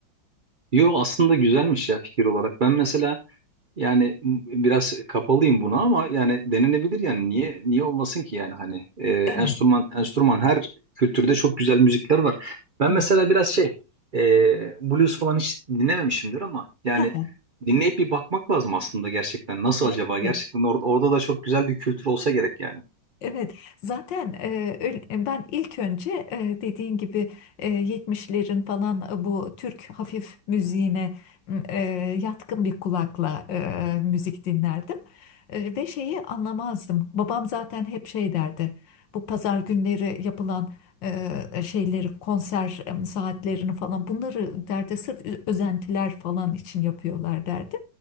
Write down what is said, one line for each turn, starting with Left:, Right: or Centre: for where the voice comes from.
Right: Yo aslında güzelmiş ya fikir olarak. Ben mesela Yani m- biraz kapalıyım buna ama yani denenebilir yani niye niye olmasın ki yani hani e, enstrüman
Left: Evet,
Right: enstrüman her kültürde çok güzel müzikler var. Ben
Left: tabii.
Right: mesela biraz şey e, blues falan hiç dinlememişimdir ama yani
Left: <laughs>
Right: dinleyip bir bakmak lazım aslında gerçekten nasıl
Left: Evet,
Right: acaba gerçekten
Left: evet.
Right: orada orada da çok güzel bir kültür olsa gerek yani.
Left: Evet, zaten e, öyle- ben ilk önce e, dediğin gibi e, 70'lerin falan e, bu Türk hafif müziğine m, e, yatkın bir kulakla e, müzik dinlerdim. E, ve şeyi anlamazdım. Babam zaten hep şey derdi. Bu pazar günleri yapılan e, şeyleri, konser e, saatlerini falan bunları derdi sırf ıı, özentiler falan için yapıyorlar derdi.